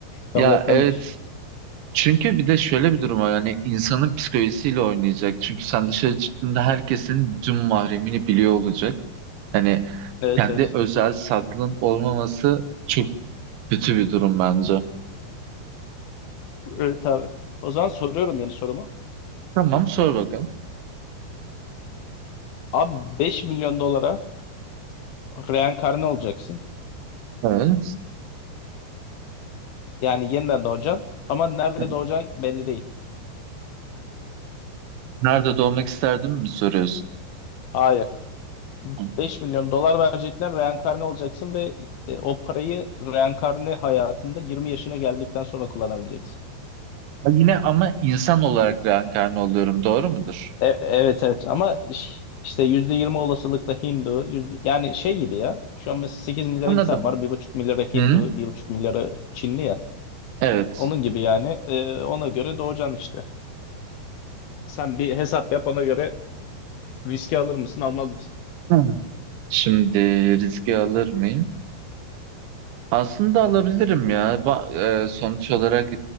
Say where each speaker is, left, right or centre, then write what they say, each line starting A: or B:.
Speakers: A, on the left; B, on the right.
A: Kabul
B: Ya
A: etmem
B: evet
A: hiç.
B: Çünkü bir de şöyle bir durum var yani insanın psikolojisiyle oynayacak. Çünkü sen dışarı çıktığında herkesin bütün mahremini biliyor olacak. Yani
A: Evet
B: kendi
A: evet.
B: özel saklın olmaması çok kötü bir durum bence.
A: Evet abi. O zaman soruyorum yeni sorumu.
B: Tamam sor bakalım.
A: Abi 5 milyon dolara reenkarne olacaksın.
B: Evet.
A: Yani yeniden doğacaksın ama nerede
B: Evet.
A: doğacaksın belli değil.
B: Nerede doğmak isterdim mi soruyorsun?
A: Hayır.
B: Hı.
A: Beş milyon dolar verecekler reenkarne olacaksın ve e, o parayı reenkarne hayatında 20 yaşına geldikten sonra kullanabileceksin.
B: Ha, Yine ama insan olarak reenkarne oluyorum doğru mudur?
A: E- evet evet ama iş- işte %20 olasılıkla Hindu, yüzde, yani şey gibi ya. Şu an mesela sekiz milyar
B: Anladım.
A: insan var. Bir buçuk milyarı Hindu,
B: Hı?
A: bir buçuk milyarı Çinli ya.
B: Evet.
A: Onun gibi yani e, ona göre doğacaksın işte. Sen bir hesap yap ona göre riski alır mısın almaz mısın?
B: Hı. Şimdi riski alır mıyım? Aslında alabilirim ya. Ba- e, sonuç olarak